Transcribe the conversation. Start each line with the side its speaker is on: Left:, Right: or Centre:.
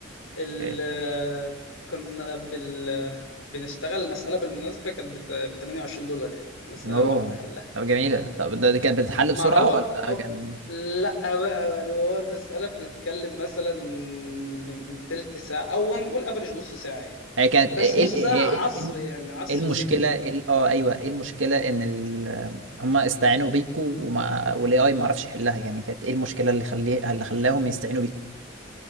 Left: ال...
Right: اوكي
Left: آه، كنا بال... بنشتغل المسألة بالمناسبة كانت ب 28 دولار يعني المسألة
Right: اوه
Left: الواحدة حلها
Right: طب جميله طب ده دي كانت بتتحل
Left: ما
Right: بسرعه
Left: هو
Right: ولا
Left: أوك...
Right: كان
Left: لا بقى يعني هو المسألة بنتكلم مثلا من تلت ساعة أو هنقول افريج نص ساعة يعني
Right: هي كانت
Left: بس
Right: ايه
Left: نص
Right: ال-
Left: ساعة
Right: هي
Left: عصر
Right: ايه إيه-
Left: يعني عصر
Right: إيه المشكله
Left: ذهني
Right: إيه ال- اه ايوه ايه المشكله ان ال... هم استعانوا بيكوا وما والاي اي ما عرفش يحلها يعني كانت ايه المشكله اللي خليه اللي خلاهم يستعينوا بيكوا